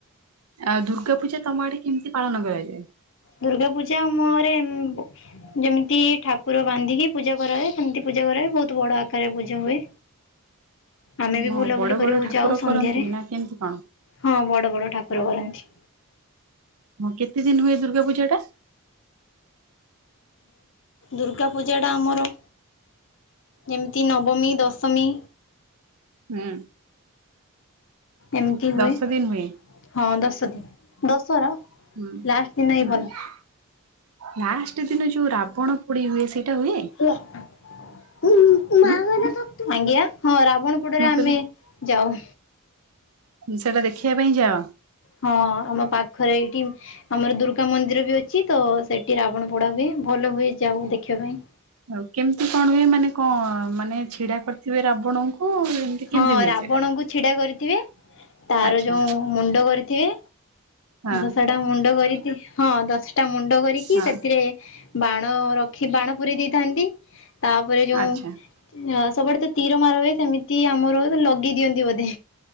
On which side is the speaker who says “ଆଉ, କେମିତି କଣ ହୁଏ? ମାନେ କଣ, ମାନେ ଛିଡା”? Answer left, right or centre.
Right